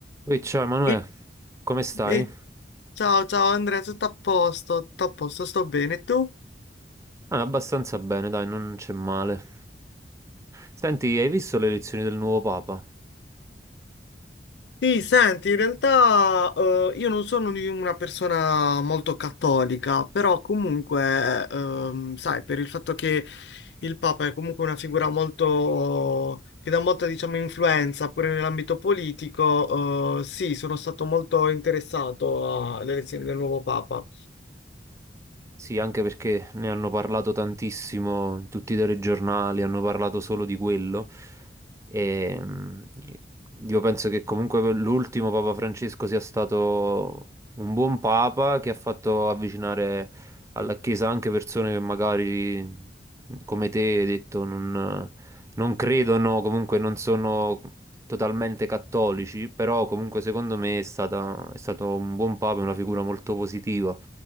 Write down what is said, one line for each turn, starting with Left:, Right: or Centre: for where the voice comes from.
Right: Ui, ciao Emanuele,
Left: E-
Right: come stai?
Left: e- ciao, ciao Andrea, tutto a posto, tutto a posto, sto bene. Tu?
Right: Ah, abbastanza bene, dai, non c'è male. Senti, hai visto le elezioni del nuovo Papa?
Left: Sì, senti, in realtà eh, io non sono di una persona molto cattolica, però comunque, ehm, sai, per il fatto che il Papa è comunque una figura molto, che dà molta, diciamo, influenza pure nell'ambito politico, eh, sì, sono stato molto interessato alle elezioni del nuovo Papa.
Right: Sì, anche perché ne hanno parlato tantissimo, in tutti i telegiornali hanno parlato solo di quello. E mm, io penso che comunque l'ultimo Papa Francesco sia stato un buon Papa che ha fatto avvicinare alla Chiesa anche persone che magari, come te, hai detto, non non credono, comunque non sono totalmente cattolici, però comunque secondo me è stata- è stato un buon papa e una figura molto positiva.